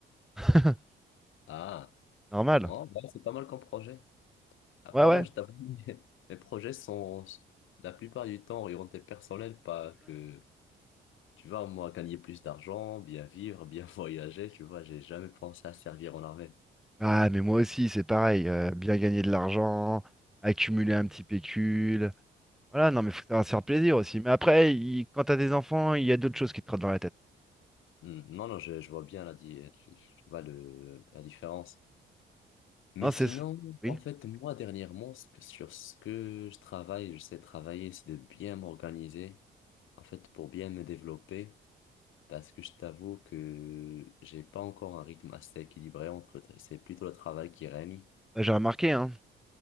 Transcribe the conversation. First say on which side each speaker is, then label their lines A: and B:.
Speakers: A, in the centre; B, on the left.
A: <laughs>
B: Ah,
A: Normal.
B: oh, bah, c'est pas mal comme projet. Après,
A: Ouais, ouais.
B: moi, je t'avoue, <laughs> mes mes projets sont la plupart du temps orientés personnels, pas que, tu vois, moi, gagner plus d'argent, bien vivre, bien <laughs> voyager, tu vois, j'ai jamais pensé à servir en armée.
A: Ah, mais moi aussi, c'est pareil. euh, bien gagner de l'argent, accumuler un petit pécule. Voilà, non, mais faut savoir se faire plaisir aussi. Mais après, il- quand t'as des enfants, il y a d'autres choses qui te trottent dans la tête.
B: Hmm, Non, non, je, je vois bien la, di- tu- tu vois le, la différence. Mais
A: Non,
B: sinon,
A: c'est... Oui,
B: en fait, moi, dernièrement, ce que- sur ce que je travaille, je sais travailler, c'est de bien m'organiser, en fait, pour bien me développer, parce que je t'avoue que j'ai pas encore un rythme assez équilibré entre, c'est plutôt le travail qui règne.
A: bah, j'ai remarqué, hein.